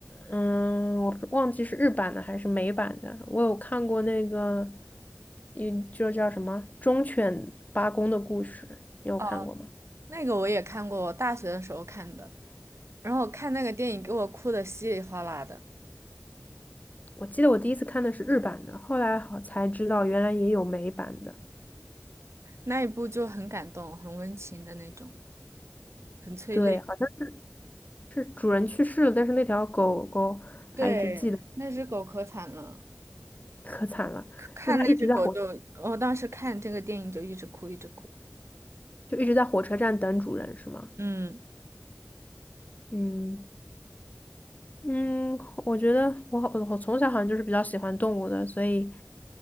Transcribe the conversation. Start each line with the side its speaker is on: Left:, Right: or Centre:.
Left: 嗯，我不忘记是日版的还是美版的，我有看过那个，嗯，就叫什么《忠犬八公的故事》，你有看过吗？
Right: 哦，那个我也看过，我大学的时候看的，然后我看那个电影给我哭的稀里哗啦的，
Left: 我记得我第一次看的是日版的，后来好才知道原来也有美版的。
Right: 那一部就很感动，很温情的那种，很催泪。
Left: 对，好像是主人去世了，但是那条狗狗还一直记得。
Right: 对，那只狗可惨了，
Left: 可惨了，
Right: 看那只狗就，
Left: 就他一直在火，
Right: 我当时看这个电影就一直哭，一直哭。
Left: 就一直在火车站等主人，是吗？
Right: 嗯，
Left: 嗯嗯，我觉得我好，我从小好像就是比较喜欢动物的，所以